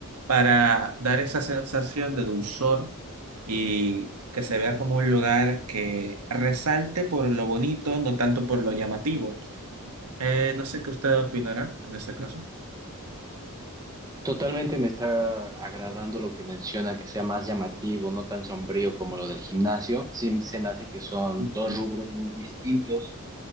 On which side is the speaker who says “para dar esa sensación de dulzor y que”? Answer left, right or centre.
Right